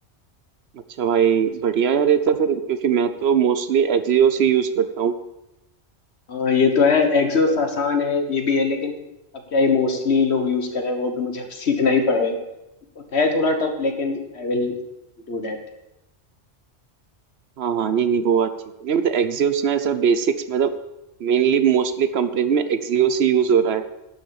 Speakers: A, on the right; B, on the left.
A: अच्छा भाई बढ़िया यार ये तो फिर क्योंकि मैं तो मोस्टली एक्सियोस ही यूज करता हूँ
B: हाँ ये तो है एक्सोस आसान है ये भी है लेकिन अब क्या है मोस्टली लोग यूज कर रहे हैं वो भी मुझे अब <laughs> सीखना ही पड़ेगा है थोड़ा टफ लेकिन आई विल डू दैट
A: हाँ हाँ नहीं नहीं वो बात ठीक है नहीं मतलब एक्सियोस ना ऐसा बेसिक्स मतलब मेनली मोस्टली कंपनीज में एक्सियोस ही यूज हो रहा है